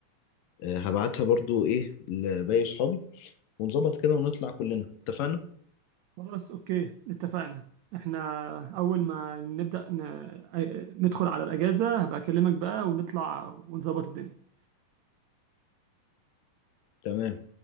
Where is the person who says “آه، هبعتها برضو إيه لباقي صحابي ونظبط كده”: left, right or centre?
Left